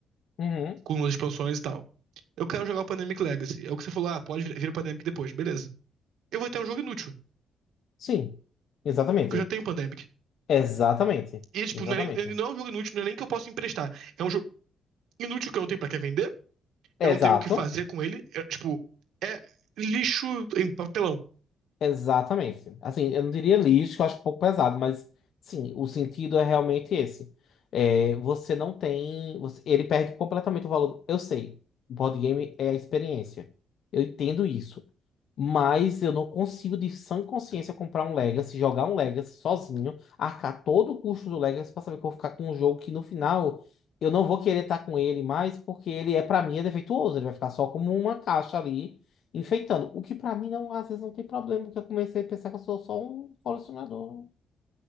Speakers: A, on the left; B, on the right.
A: Uhum.
B: com as expansões e tal. Eu quero jogar o Pandemic Legacy. É o que você falou, ah, pode vir vir o Pandemic depois, beleza. Eu vou ter um jogo inútil,
A: Sim. Exatamente.
B: porque eu já tenho Pandemic.
A: Exatamente.
B: E, tipo,
A: Exatamente.
B: não é nem, ele não é um jogo inútil, não é nem que eu possa emprestar. É um jogo inútil que eu não tenho pra que vender,
A: Exato.
B: eu não tenho o que fazer com ele. é, tipo, é lixo em papelão.
A: Exatamente. Assim, eu não diria lixo, que eu acho um pouco pesado, mas sim, o sentido é realmente esse. É, você não tem. você- ele perde completamente o valor. Eu sei, o board game é a experiência. Eu entendo isso. Mas eu não consigo, de sã consciência, comprar um Legacy, jogar um Legacy sozinho, arcar todo o custo do Legacy pra saber que eu vou ficar com um jogo que no final eu não vou querer estar com ele mais, porque ele é, pra mim, é defeituoso. Ele vai ficar só como uma caixa ali, enfeitando. O que pra mim, não, às vezes, não tem problema, porque eu comecei a pensar que eu sou só um colecionador.